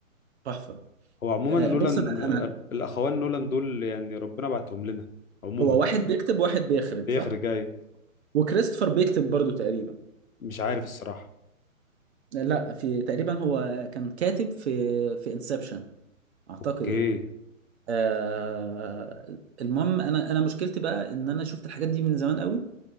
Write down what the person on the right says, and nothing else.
تحفة
آه،
بص انا
أنا-
هو واحد
بيكتب واحد بيخرج
صح
وكريستوفر بيكتب برضو تقريبا
لا في تقريبا هو كان كاتب في في انسبشن اعتقد
يعني. آه المهم انا انا مشكلتي بقى ان انا شفت الحاجات دي من زمان قوي